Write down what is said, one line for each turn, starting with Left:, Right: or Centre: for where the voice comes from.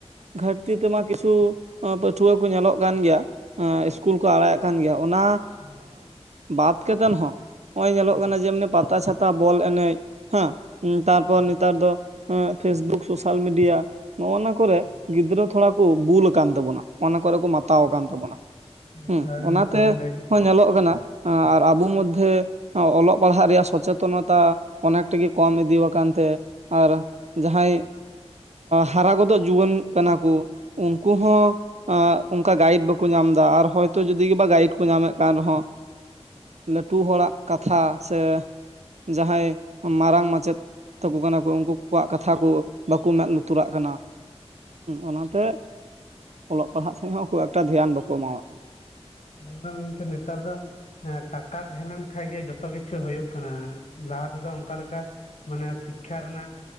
Right: ᱜᱷᱟᱴᱛᱤ ᱛᱮᱢᱟ ᱠᱤᱪᱷᱩ ᱯᱟᱹᱴᱷᱣᱟᱹ ᱠᱚ ᱧᱮᱞᱚᱜ ᱠᱟᱱ ᱜᱮᱭᱟ ᱤᱥᱠᱩᱞ ᱠᱚ ᱟᱲᱟᱜ ᱮᱫ ᱠᱟᱱ ᱜᱮᱭᱟ ᱚᱱᱟ
Left: ᱦᱩᱸ
Right: ᱵᱟᱛ ᱠᱟᱛᱮᱱ ᱦᱚᱸ ᱱᱚᱜᱼᱚᱭ ᱧᱮᱞᱚᱜ
Left: ᱦᱩᱸ
Right: ᱠᱟᱱᱟ ᱡᱮᱢᱱᱤ ᱯᱟᱛᱟ ᱪᱷᱟᱛᱟ ᱵᱚᱞ ᱮᱱᱮᱡ ᱦᱮᱸ ᱛᱟᱨᱯᱚᱨ
Left: ᱦᱩᱸ
Right: ᱱᱮᱛᱟᱨ ᱫᱚ ᱯᱷᱮᱥᱵᱩᱠ ᱥᱳᱥᱟᱞ ᱢᱤᱰᱤᱭᱟ ᱱᱚᱜᱱᱟ ᱠᱚᱨᱮ
Left: ᱦᱩᱸ ᱦᱩᱸ
Right: ᱜᱤᱫᱽᱨᱟᱹ ᱛᱷᱚᱲᱟ ᱠᱚ ᱠᱚ ᱵᱩᱞ ᱟᱠᱟᱱ ᱛᱟᱵᱚᱱᱟ ᱚᱱᱟ ᱠᱚᱨᱮ ᱠᱚ ᱢᱟᱛᱟᱣ ᱟᱠᱟᱱ ᱛᱟᱵᱚᱱᱟ ᱦᱩᱸ
Left: ᱟᱪᱪᱷᱟ ᱟᱹᱞᱤᱧ
Right: ᱚᱱᱟᱛᱮ
Left: ᱟᱹᱞᱤᱧ ᱞᱟᱹᱭ ᱦᱮᱸ
Right: ᱦᱚᱸ ᱧᱮᱞᱚᱜ ᱠᱟᱱᱟ ᱟᱨ ᱟᱵᱚ ᱢᱚᱫᱽᱫᱷᱮᱭ ᱚᱞᱚᱜ ᱯᱟᱲᱦᱟᱜ ᱨᱮᱭᱟᱜ ᱥᱚᱪᱮᱛᱚᱱᱚᱛᱟ ᱚᱱᱮᱠᱴᱮ ᱠᱚᱢ ᱤᱫᱤ ᱟᱠᱟᱱ ᱛᱮ ᱟᱨ ᱡᱟᱦᱟᱸᱭ ᱦᱟᱨᱟ ᱜᱚᱫᱚᱜ ᱡᱩᱣᱟᱹᱱ ᱠᱟᱱᱟ ᱠᱚ ᱩᱱᱠᱩ ᱦᱚᱸ ᱟᱸ ᱚᱱᱠᱟ ᱜᱟᱭᱤᱰ ᱵᱟᱠᱚ ᱧᱟᱢ ᱮᱫᱟ ᱟᱨ ᱦᱚᱭᱛᱚ ᱡᱩᱫᱤ ᱵᱟ ᱜᱟᱭᱤᱰ ᱠᱚ ᱧᱟᱢᱮᱫ ᱟᱨᱦᱚᱸ ᱞᱟᱹᱴᱩ ᱦᱚᱲᱟᱜ ᱠᱟᱛᱷᱟ ᱥᱮ ᱡᱟᱦᱟᱸᱭ ᱢᱟᱨᱟᱝ ᱢᱟᱪᱮᱫ ᱛᱟᱠᱚ ᱠᱟᱱᱟ ᱠᱚ ᱩᱱᱠᱩ ᱟᱠᱚᱣᱟᱜ ᱠᱟᱛᱷᱟ ᱠᱚ ᱵᱟᱠᱚ ᱢᱮᱸᱫ ᱞᱩᱛᱩᱨᱟᱜ ᱠᱟᱱᱟ ᱚᱱᱟᱛᱮ ᱚᱞᱚᱜ ᱯᱟᱲᱦᱟᱜ ᱥᱮᱫ ᱦᱚᱸ ᱠᱷᱩᱵ ᱮᱠᱴᱟ ᱫᱷᱮᱭᱟᱱ ᱵᱟᱠᱚ ᱮᱢᱟᱜ ᱠᱟᱱᱟ
Left: ᱧᱮᱞ ᱫᱟᱢ ᱜᱚᱢᱠᱮ ᱱᱮᱛᱟᱨ ᱫᱚ ᱮᱸ ᱴᱟᱠᱟ ᱛᱟᱦᱮᱸ ᱞᱮᱱ ᱠᱷᱟᱱ ᱜᱮ ᱡᱚᱛᱚ ᱠᱤᱪᱷᱩ ᱦᱩᱭᱩᱜ ᱠᱟᱱᱟ ᱞᱟᱦᱟ ᱛᱮᱫᱚ ᱚᱱᱠᱟ ᱞᱮᱠᱟ ᱢᱟᱱᱮ ᱥᱤᱠᱠᱷᱟ ᱨᱮᱱᱟᱜ